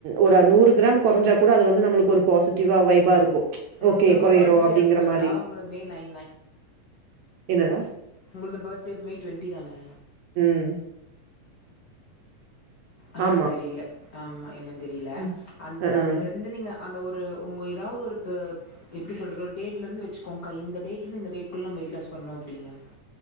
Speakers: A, on the right (about 70°); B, on the left (about 65°).
A: ஒரு நூறு கிராம் கொறஞ்சா கூட அது வந்து நம்மளுக்கு ஒரு பாசிட்டிவா வைப் பா இருக்கு
B: ம்
A: ஓகே
B: உங்க
A: கொறையிறோ
B: பர்த்டே
A: அப்டிங்கிற
B: எப்பக்கா
A: மாரி
B: உங்களோட மே நை
A: என்னடா
B: உங்கள்து பேர்த்டே மே டுவெண்ட்டி தானே
A: ம்
B: அஹா
A: ஆமா.
B: தெரில ஆமா என்னன்னு தெரில
A: ம்.
B: அந்த
A: அஹ்ம்.
B: அதுல வந்து நீங்க அந்த ஒரு உங்க எதாவது ஒரு ப எப்பிடி சொல்றது ஒரு டேட்ல இருந்து வச்சோங்கா இந்த டேட்ல இருந்து இந்த டேட்குல்லே நம்ம வெயிட் லாஸ் பண்ணு அப்டின்னு